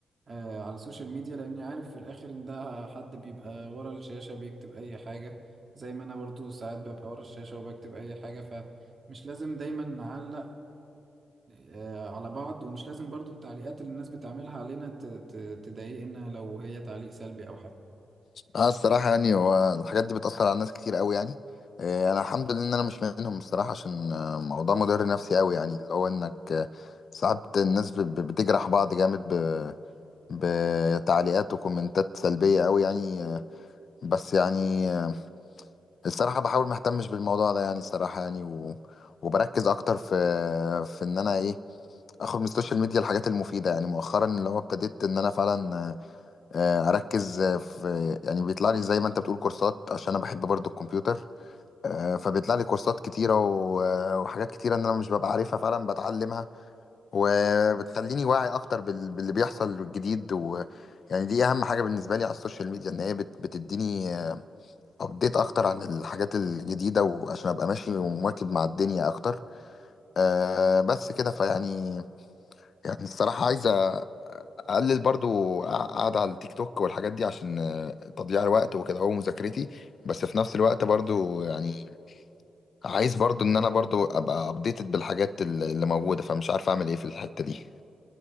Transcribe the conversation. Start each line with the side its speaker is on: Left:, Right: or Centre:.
Right: آه، على السوشيال ميديا لاني عارف في الاخر ان ده حد بيبقى ورا الشاشه بيكتب اي حاجه زي ما انا برضو ساعات ببقى ورا الشاشه وبكتب اي حاجه فمش لازم دايما نعلق آه، على بعض ومش لازم برضو التعليقات اللي الناس بتعملها علينا ت- ت- تضايقنا لو هي تعليق سلبي او حاجة
Left: اه الصراحة يعني هو الحاجات دي بتأثر على ناس كتير قوي يعني آه، أنا الحمد لله إن أنا مش منهم الصراحة عشان آه، موضوع مضر نفسي قوي يعني اللي هو إنك آه، ساعات الناس ب- ب- بتجرح بعض جامد ب- بتعليقات وكومنتات سلبية قوي يعني آه، بس يعني آه، الصراحة بحاول ما اهتمش بالموضوع ده يعني الصراحة يعني و... وبركز أكتر في في إن أنا إيه آخد من السوشيال ميديا الحاجات المفيدة يعني مؤخرا اللي هو ابتديت إن أنا فعلا آه، آه، اركز آه، في يعني بيطلع لي زي ما انت بتقول كورسات عشان انا بحب برضو الكمبيوتر آه، فبيطلع لي كورسات كتيرة و- آه، وحاجات كتيرة ان انا مش ببقى عارفها فعلا بتعلمها وبتخليني واعي اكتر بال- باللي بيحصل الجديد و يعني دي اهم حاجة بالنسبة لي على السوشيال ميديا ان هي بت- بتديني ابديت اكتر عن الحاجات الجديدة وعشان ابقى ماشي ومواكب مع الدنيا اكتر آه، بس كده فيعني يعني الصراحة عايز اقلل برضو قاعد على التيك توك والحاجات دي عشان آه، تضييع الوقت وكده هو مذاكرتي بس في نفس الوقت برضو يعني عايز برضو ان انا برضو ابقى ابديتد بالحاجات اللي اللي موجودة فمش عارف اعمل ايه في الحتة دي